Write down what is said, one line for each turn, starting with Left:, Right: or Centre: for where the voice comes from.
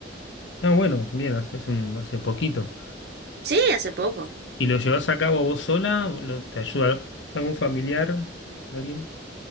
Left: Ah, bueno, bien, hace, hace un- hace poquito.
Right: Sí, hace poco.
Left: ¿Y lo llevas a cabo vos sola? ¿Lo- ¿Te ayuda algún familiar? ¿Alguien?